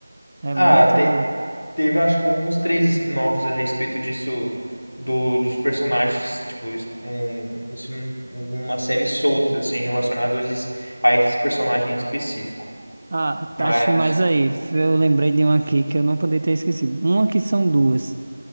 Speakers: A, on the right; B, on the left.
A: É
B: Ah,
A: muita.
B: te- teve acho que uns três spin-offs a respeito disso, do, dos personagens, tipo, es- um, uns- um- uma série soltas, assim, relacionadas a esse a esse personagem específico.
A: Ah,
B: Mas...
A: tá, acho que mais aí. Eu lembrei de uma aqui que eu não poderia ter esquecido. Uma que são duas.